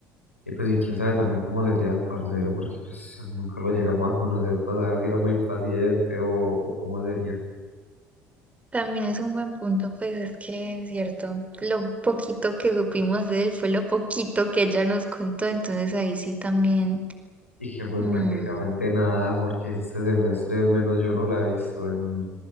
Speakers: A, on the left; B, on the right.
A: Y pues y quién sabe también cómo sería el parcero, porque pues nunca lo llegamos a conocer para saber si era muy paciente o, o cómo sería.
B: También es un buen punto, pues es que es cierto, lo poquito que supimos de él fue lo poquito que ella nos contó, entonces ahí sí también.
A: Y que fue
B: mm,
A: prácticamente nada, porque este semestre al menos yo no la he visto en,